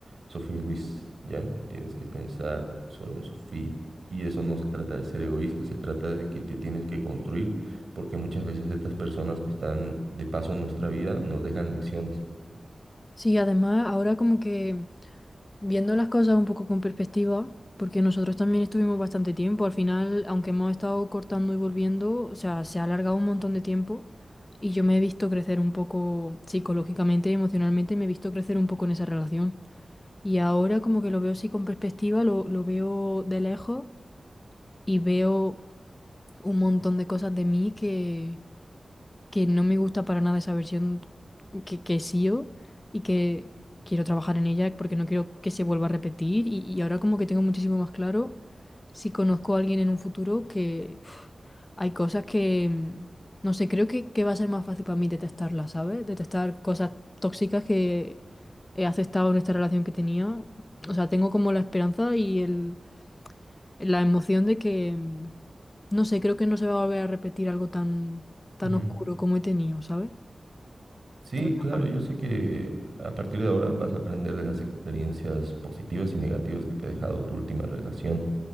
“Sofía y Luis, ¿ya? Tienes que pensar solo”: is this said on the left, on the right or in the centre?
Right